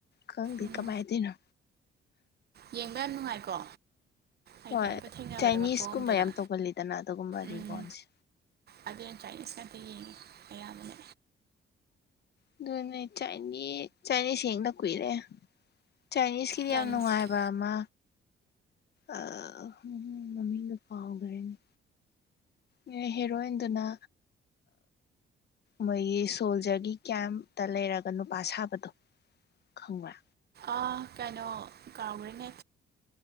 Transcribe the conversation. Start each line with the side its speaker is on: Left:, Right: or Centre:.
Left: ꯈꯪꯗꯦ
Right: ꯎꯝ
Left: ꯀꯃꯥꯏꯟ ꯍꯥꯏꯗꯣꯏꯅꯣ
Right: ꯌꯦꯡꯕ ꯌꯥꯝ ꯅꯨꯡꯉꯥꯏꯀꯣ ꯑꯩꯗꯤ
Left: ꯍꯣꯏ
Right: ꯑꯃꯨꯛꯀ ꯊꯦꯡꯅꯕꯗ
Left: ꯆꯥꯏꯅꯤꯁꯀꯨꯝꯕ
Right: ꯃꯄꯣꯛ ꯑꯝꯗꯒ
Left: ꯌꯥꯝ ꯇꯧꯒꯜꯂꯤꯗꯅ ꯑꯗꯨꯒꯨꯝꯕ ꯔꯤꯕꯣꯟꯁꯤ
Right: ꯎꯝ ꯑꯗꯨꯅ ꯆꯥꯏꯅꯤꯁ ꯉꯥꯛꯇ ꯌꯦꯡꯉꯤ ꯑꯌꯥꯝꯕꯅ
Left: ꯑꯗꯨꯅꯦ ꯆꯥꯏꯅꯤ ꯆꯥꯏꯅꯤꯁ ꯌꯦꯡꯗ ꯀꯨꯏꯔꯦ ꯆꯥꯏꯅꯤꯁꯀꯤꯗꯤ
Right: ꯁꯥꯏꯟꯁꯀꯤ
Left: ꯌꯥꯝ ꯅꯨꯡꯉꯥꯏꯕ ꯋꯥꯃ ꯑ ꯃꯃꯤꯡ ꯃꯃꯤꯡꯒ ꯀꯥꯎꯈ꯭ꯔꯦꯅꯦ ꯉꯦ ꯍꯦꯔꯣꯏꯟꯗꯨꯅ ꯃꯣꯏꯒꯤ ꯁꯣꯜꯖꯔꯒꯤ ꯀꯦꯝꯇ ꯂꯩꯔꯒ ꯅꯨꯄꯥ ꯁꯥꯕꯗꯣ ꯈꯪꯕ꯭ꯔꯥ
Right: ꯑ ꯀꯩꯅꯣ ꯀꯥꯎꯈ꯭ꯔꯦꯅꯦ